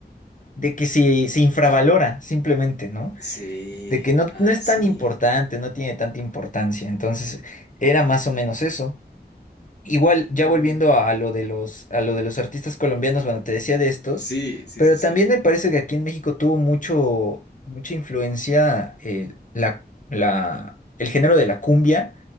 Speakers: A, on the left (about 50°); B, on the left (about 80°).
A: de que se, se infravalora, simplemente, ¿no?
B: Sí,
A: De que no,
B: ajá,
A: no es
B: sí.
A: tan importante, no tiene tanta importancia. Entonces, era más o menos eso. Igual, ya
B: Mm,
A: volviendo a, a lo de los, a lo de los artistas colombianos, bueno, te decía de estos,
B: sí, sí,
A: pero
B: sí, sí.
A: también me parece que aquí en México tuvo mucho, mucha influencia el, la, la, el género de la cumbia,